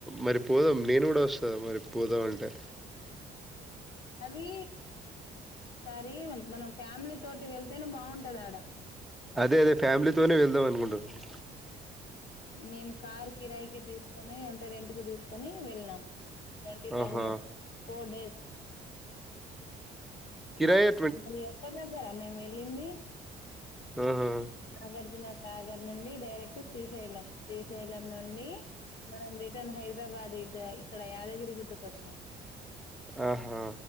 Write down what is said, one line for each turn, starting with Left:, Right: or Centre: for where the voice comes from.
Centre: మరి పోదాం నేను కూడా వస్తాంది మరి పోదాం అంటే
Left: అది ఒకసారి మనం ఫ్యామిలీ తోటి వెళ్తేనే బాగుంటది ఆడ
Centre: అదే అదే ఫ్యామిలీతోనే వెళ్దాం అనుకుంటున్నాను
Left: మేము కార్ కిరాయికిి తీసుకొని అంటే రెంట్ కి తీసుకొని వెళ్ళనాం ట్వంటీ తౌజండ్
Centre: ఆహా!
Left: ఫోర్ డేస్
Centre: కిరాయా
Left: మళ ఒక్క దగ్గరా మేము వెళ్ళింది
Centre: ఆహా
Left: నాగార్జున సాగర్ నుండి డైరెక్ట్ శ్రీశైలం శ్రీశైలం నుండి మనం రిటన్ హైదరాబాద్ ఇ ఇక్కడ యాదగిరి గుటుకు వచ్చినాం
Centre: ఆహా